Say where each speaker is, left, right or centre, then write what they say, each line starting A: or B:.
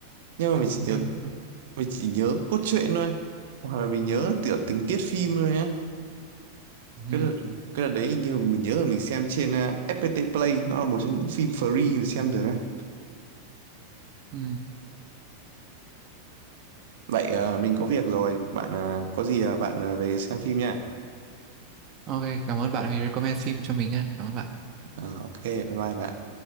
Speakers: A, on the right (about 55°); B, on the right (about 35°).
A: nhưng
B: Không
A: mà mình chỉ nhớ
B: nhớ à?
A: mình chỉ nhớ cốt truyện thôi hoặc là mình nhớ tiểu tình tiết phim thôi á
B: ừ,
A: cái đợt
B: ừ.
A: cái đợt đấy hình như mình nhớ là mình xem trên ờ, FPT Play nó là một trong những phim free mình xem được á
B: ừ.
A: Vậy ờ, mình có việc rồi, bạn ờ, có gì ờ, bạn ờ, về xem phim nha.
B: ok cảm ơn bạn vì recommend phim cho mình nha cảm ơn bạn
A: Ờ, ok, bye bye bạn.